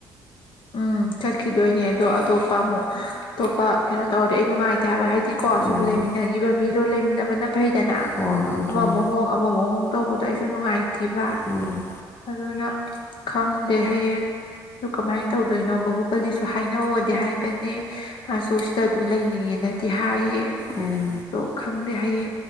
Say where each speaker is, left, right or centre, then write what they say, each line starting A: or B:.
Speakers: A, on the left; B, on the left.
A: ꯎꯝ ꯆꯠꯈꯤꯗꯣꯏꯅꯦ ꯑꯗꯣ ꯑꯇꯣꯞꯄ ꯑꯃꯨꯛ ꯑꯇꯣꯞꯄ ꯀꯩꯅꯣ ꯇꯧꯔꯗꯤ ꯑꯩ ꯅꯨꯡꯉꯥꯏꯇꯦ ꯍꯥꯏꯕ ꯍꯥꯏꯗꯤ ꯀꯣ
B: ꯎꯝ
A: ꯁꯨꯝ ꯂꯩꯃꯤꯟꯅꯈꯤꯕ ꯃꯤꯗꯣ ꯂꯩꯃꯤꯟꯅꯕꯅ ꯐꯩꯗꯅ
B: ꯍꯣ ꯑꯗꯨꯅꯦ
A: ꯑꯃ ꯑꯃꯨꯛ ꯍꯣꯡꯉ ꯑꯃꯃ ꯍꯣꯡ ꯇꯧꯕꯗꯣ ꯑꯩꯁꯨ ꯅꯨꯡꯉꯥꯏꯇꯕ
B: ꯎꯝ
A: ꯑꯗꯨꯅ ꯈꯪꯗꯦ ꯍꯌꯦꯡ ꯑꯗꯨ ꯀꯃꯥꯏꯅ ꯇꯧꯗꯣꯏꯅꯣ ꯕꯥꯍꯨꯕꯂꯤꯁꯨ ꯍꯥꯏꯅꯧꯗꯤ ꯍꯥꯏꯕꯅꯦ ꯃꯥꯁꯨ ꯁꯤꯗ ꯑꯗꯨꯝ ꯂꯩꯅꯤꯡꯉꯦꯅꯗꯤ ꯍꯥꯏꯌꯦ
B: ꯎꯝ
A: ꯑꯗꯨꯣ ꯈꯪꯗꯦ ꯍꯥꯏꯌꯦ